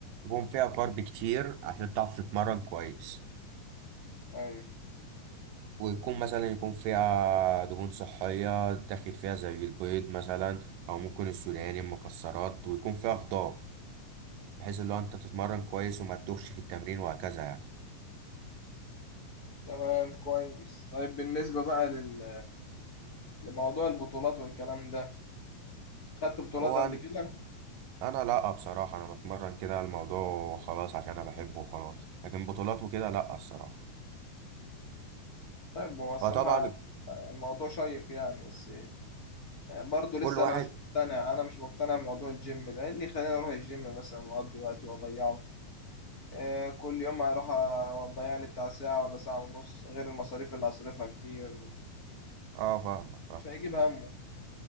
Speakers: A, on the right; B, on the left.
A: يكون فيها كارب كتير عشان تعرف تتمرن كويس
B: ايوه
A: ويكون مثلا يكون فيها دهون صحية داخل فيها زي البيض مثلا او ممكن السوداني المكسرات ويكون فيها خضار بحيث اللي هو انت تتمرن كويس وما تدوخش في التمرين وهكذا يعني
B: تمام كويس طيب بالنسبة بقى لل... لموضوع البطولات والكلام ده خدت بطولات
A: هو
B: قبل
A: أن-
B: كده
A: انا لا بصراحة انا بتمرن كده الموضوع خلاص عشان انا بحبه وخلاص لكن بطولات وكده لا الصراحة
B: طيب هو الصراحة
A: فطبعا
B: آه، الموضوع شيق يعني بس برضه
A: كل
B: لسه
A: واحد
B: انا مش مقتنع انا مش مقتنع بموضوع الجيم ده إيه اللي يخليني اروح الجيم مثلا واقضي وقتي واضيعه آه، كل يوم هروح أ- واضيع لي بتاع ساعة ولا ساعة ونص غير المصاريف اللي هصرفها كتير
A: اه فاهمك اه
B: مش هيجيب همه